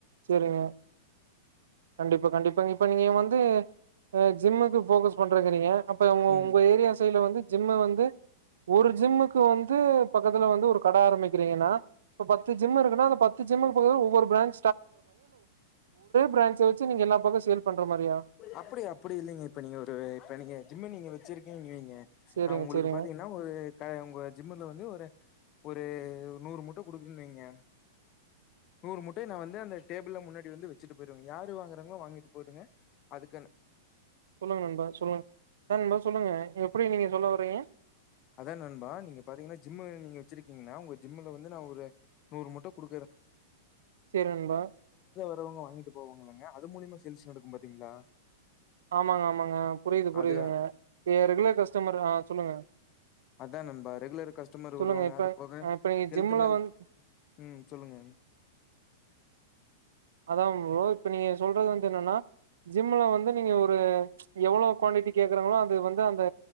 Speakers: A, on the right; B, on the left.
A: சரிங்க கண்டிப்பா கண்டிப்பா இப்ப நீங்க வந்து அஹ ஜிம்க்கு ஃபோகஸ் பண்றேங்கறீங்க அப்ப
B: ம்
A: உங்க ஏரியா சைட்ல வந்து ஜிம்ம வந்து ஒரு ஜிம்முக்கு வந்து பக்கத்துல வந்து ஒரு கட ஆரம்பிக்கிறீங்கன்னா பத்து ஜிம் இருக்குன்னா அந்த பத்து ஜிம் இப்ப ஒவ்வொரு பிராஞ்சு பிரான்ச்ச வச்சு நீங்க எல்லா பக்கம் சேல் பண்ற மாரியா
B: அப்படியா அப்படி இல்லைங்க இப்ப நீங்க ஒரு இப்ப நீங்க ஜிம்ம நீங்க வச்சிருக்க ம் ம்
A: சரிங்க
B: நான் உங்களுக்கு
A: சரிங்க
B: பாத்தீங்கன்னா ஒரு உங்க ஜிம்ல வந்து ஒரு ஒரு நூறு முட்டை கொடுக்கன்னுவீங்க நூறு முட்ட நான் வந்து அந்த டேபிள் முன்னாடி வந்து வச்சுட்டு போயிடுவேன் யாரு வாங்குறாங்களோ வாங்கிட்டு போகட்டுங்க அதுக்கு
A: சொல்லுங்க நண்பா சொல்லுங்க நண்பா சொல்லுங்க எப்படி நீங்க சொல்ல இப்பய
B: அதான் நண்பா நீங்க பாத்தீங்கன்னா ஜிம் நீங்க வச்சிருக்கீங்கன்னா உங்க ஜிம்ல வந்து நான் ஒரு நூறு மூட்டை கொடுக்கறேன்
A: சேரி நண்பா
B: வங்க வாங்கிட்டு போவாங்களங்க அது மூலியமா சேல்ஸ் நடக்கும் பாத்தீங்களா
A: ஆமாங்க ஆமாங்க புரியுது புரியுதுங்க
B: அது
A: ஏ ரெகுலர் கஸ்டமர் அ சொல்லுங்க
B: அதான் நண்பா ரெகுலர் கஸ்டமர்
A: சொல்லுங்க
B: வருவாங்க
A: இப்ப
B: அது போக
A: அ இப்ப நீங்க
B: ஹெல்த்
A: ஜிம்ல
B: மேல்
A: வந்து
B: ம் சொல்லுங்க
A: அதா நண்பா இப்ப நீங்க சொல்றது வந்து என்னன்னா ஜிம்ல வந்து நீங்க ஒரு எவ்வளவு குவாடிட்டி கேக்குறாங்களோ அது வந்து அந்த